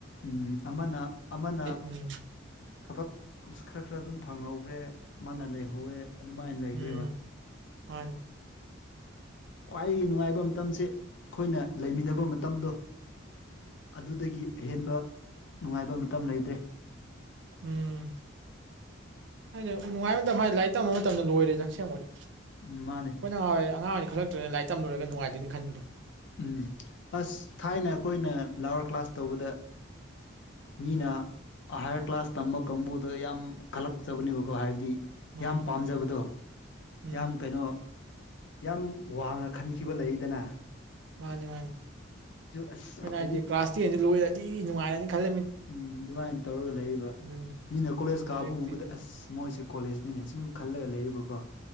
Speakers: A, on the left (about 60°); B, on the right (about 65°).
A: ꯎꯝ ꯑꯃꯅ ꯑꯃꯅ
B: ꯎꯝ
A: ꯊꯕꯛ ꯈꯔ ꯈꯔ ꯑꯗꯨꯝ꯫ ꯐꯪꯍꯧꯈ꯭ꯔꯦ ꯃꯥꯅ ꯂꯩꯍꯧꯋꯦ꯫ ꯑꯗꯨꯃꯥꯏꯅ ꯂꯩꯈ꯭ꯔꯦꯕ꯫
B: ꯎꯝ ꯃꯥꯅꯤ
A: ꯈ꯭ꯋꯥꯏꯒꯤ ꯅꯨꯡꯉꯥꯏꯕ ꯃꯇꯝꯁꯦ ꯑꯩꯈꯣꯏꯅ ꯂꯩꯃꯤꯟꯅꯕ ꯃꯇꯝꯗꯣ ꯑꯗꯨꯗꯒꯤ ꯑꯍꯦꯟꯕ ꯅꯨꯡꯉꯥꯏꯕ ꯃꯇꯝ ꯂꯩꯇ꯭ꯔꯦ꯫
B: ꯎꯝ ꯍꯥꯏꯗꯤ ꯅꯨꯡꯉꯥꯏꯕ ꯃꯇꯝꯗ ꯍꯥꯏꯗꯤ ꯂꯥꯏꯔꯤꯛ ꯇꯝꯕ ꯃꯇꯝꯗ ꯂꯣꯏꯔꯦꯗ ꯑꯁꯦꯡꯕꯗꯤ꯫ ꯑꯩꯈꯣꯏꯅ
A: ꯎꯝ ꯃꯥꯅꯦ
B: ꯅꯉꯥꯏ ꯑꯉꯥꯡ ꯑꯣꯏꯅꯤ ꯈꯜꯂꯛ꯫ ꯇꯣꯛꯑꯦ ꯂꯥꯏꯛ ꯇꯝꯂꯣꯏꯔꯒ ꯅꯨꯡꯉꯥꯏꯗꯣꯏ ꯈꯕꯗꯣ꯫
A: ꯎꯝ ꯑꯁ ꯊꯥꯏꯅ ꯑꯩꯈꯣꯏꯅ ꯂꯋꯥꯔ ꯀ꯭ꯂꯥꯁ ꯇꯧꯕꯗ꯫ ꯃꯤꯅ ꯍꯥꯏꯌꯔ ꯀ꯭ꯂꯥꯁ ꯇꯝꯕ ꯀꯥꯡꯕꯨꯗ ꯌꯥꯝ ꯀꯜꯂꯛꯆꯕꯅꯦꯕꯀꯣ ꯍꯥꯏꯕꯗꯤ꯫
B: ꯃꯥ
A: ꯌꯥꯝ ꯄꯥꯝꯖꯕꯗꯣ
B: ꯎꯝ
A: ꯌꯥꯝ ꯀꯩꯅꯣ꯫ ꯌꯥꯝ ꯋꯥꯡꯅ ꯈꯟꯈꯤꯕ ꯂꯩꯏꯗꯅ꯫
B: ꯃꯥꯅꯤ ꯃꯥꯅꯤ
A: ꯑꯁ
B: ꯈꯣꯏꯅ ꯍꯥꯏꯗꯤ
A: ꯍꯧꯖꯤꯛ
B: ꯀ꯭ꯂꯥꯁ ꯇꯦꯟꯁꯤ ꯂꯣꯏꯔꯗꯤ ꯅꯨꯡꯉꯥꯏꯔꯅꯤ ꯈꯜꯂ
A: ꯎꯝ ꯑꯗꯨꯃꯥꯏꯅ ꯇꯧꯔꯒ ꯂꯩꯔꯤꯕ
B: ꯎꯝ
A: ꯃꯤꯅ ꯀꯣꯂꯦꯖ ꯀꯥꯕ
B: ꯍꯧꯖꯤꯛꯇꯤ
A: ꯎꯕꯗ ꯑꯁ ꯃꯣꯏꯁꯦ꯫ ꯀꯣꯂꯦꯖꯅꯤꯅꯦ ꯁꯨꯝ ꯈꯜꯂꯒ ꯂꯩꯌꯦꯕꯀꯣ